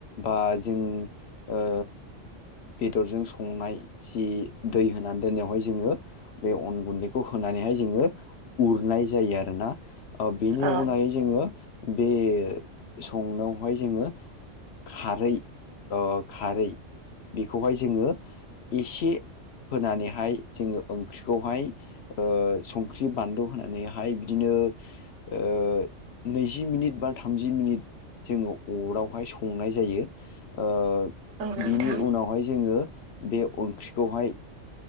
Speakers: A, on the left; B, on the right.
A: बा जों ओ बेदरजों संनाय जि दै होनानै दोननायावहाय जोङो बे अन गुन्दैखौ होनानै हाय जोङो उरनाय जायो आरोना ओ बेनि
B: औ
A: उनावाय जोङो बे संनायावहाय जोङो खारै ओ खारै बेखौहाय जोङो एसे होनानैहाय जोङो ओंख्रिखौहाय ओ संख्रि बानलु होनानैहाय बिदिनो ओ नैजि मिनिट बा थामजि मिनिट जोङो अरावहाय संनाय जायो ओ
B: औ नोंथां
A: बिनि उनावहाय जोङो बे ओंख्रिखौहाय